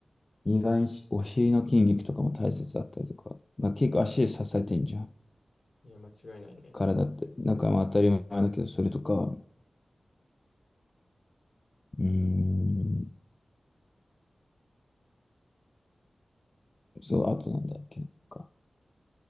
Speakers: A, on the left (about 35°); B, on the left (about 65°).
A: 意外にしお尻の筋肉とかも大切だったりとか、まあ、結構足で支えてんじゃん。
B: いや、間違いないね。
A: からだって、なんかまあ当たり前だけど、それとか、うーん、そう、あとなんだっけ、なんか、